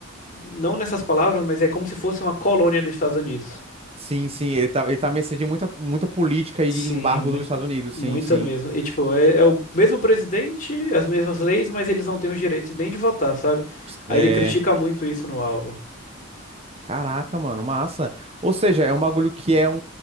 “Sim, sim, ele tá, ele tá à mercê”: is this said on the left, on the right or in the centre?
Right